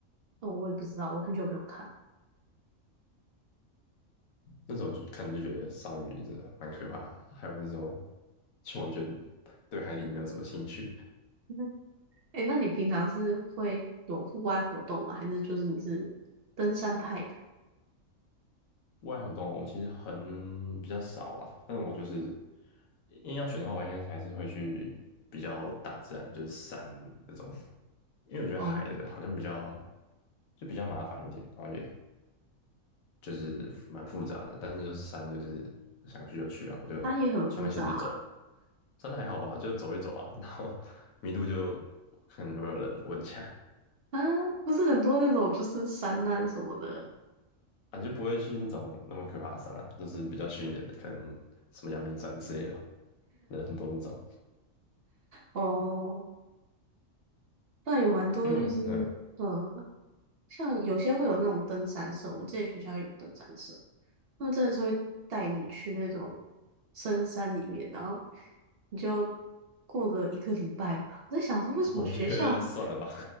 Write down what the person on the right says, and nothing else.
哦，我也不知道，我很久没有看。
<laughs> 哎那你平常是会有户外活动吗？还是就是你是登山派的？
哦，
它也很复杂啊，
啊不是很多那种就是山难什么的
哦，那有蛮多就是嗯，
像有些会有那种登山社，我们之前学校有登山社。他们真的是会带你去那种深山里面，然后你就过个一个礼拜吧。我在想说，为什么学校，